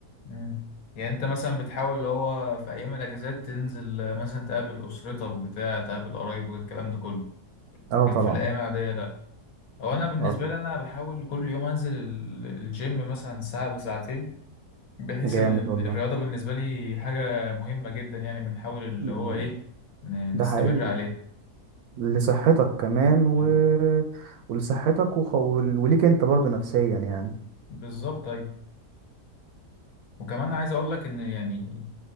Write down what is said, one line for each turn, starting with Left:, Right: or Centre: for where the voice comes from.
Left: امم يعني انت مثلا بتحاول اللي هو في ايام الاجازات تنزل آه، مثلا تقابل اسرتك بتاع تقابل قرايبك الكلام ده كله
Right: اه
Left: لكن
Right: طبعا
Left: في الايام العادية لا هو انا بالنسبة
Right: اه طبعا.
Left: لي انا بحاول كل يوم انزل ال- الجيم مثلا ساعة لساعتين بحيث
Right: جامد
Left: ان
Right: والله
Left: الرياضة بالنسبة لي حاجة مهمة جدا يعني بنحاول اللي
Right: مم.
Left: هو ايه ن-
Right: ده
Left: نستمر
Right: حقيقي
Left: عليها
Right: لصحتك كمان و...
Left: آه.
Right: ولصحتك وخ... وليك انت برضو نفسيا يعني
Left: بالظبط ايوه وكمان عايز اقول لك ان يعني